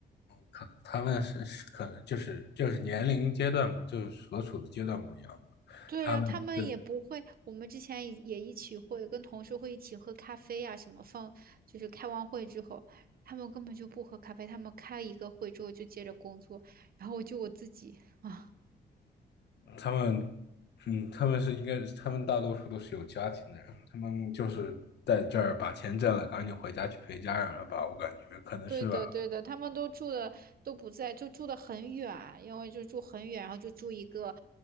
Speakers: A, on the left; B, on the right.
A: 可能他们是是可能就是就是年龄阶段不就是所处的阶段不一样，
B: 对，
A: 他们是
B: 然后他们也不会，我们之前也也一起会跟同事会一起喝咖啡啊，什么放，就是开完会之后，他们根本就不喝咖啡，他们开一个会之后就接着工作，然后我就我自己啊，
A: 他们嗯他们是应该他们大多数都是有家庭的人，他们就是在这儿把钱挣了，赶紧回家去陪家人了吧，我感觉可能是吧，
B: 对的对的，他们都住的都不在，就住的很远，因为就住很远，然后就住一个